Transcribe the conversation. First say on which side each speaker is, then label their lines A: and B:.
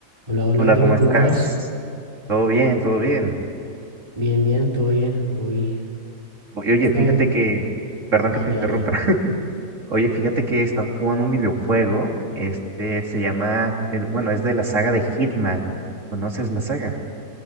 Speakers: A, on the right; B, on the right.
A: Hola, hola
B: Hola,
A: Anthony,
B: ¿cómo
A: ¿cómo
B: estás?
A: vas?
B: Todo bien, todo bien.
A: Bien, bien, todo bien. Hoy he
B: O- y Oye,
A: estado.
B: fíjate que, perdón
A: Dale,
B: que te interrumpa.
A: dale.
B: <laughs> Oye, fíjate que estaba jugando un videojuego. Este se llama, eh, bueno, es de la saga de Hitman. ¿Conoces la saga?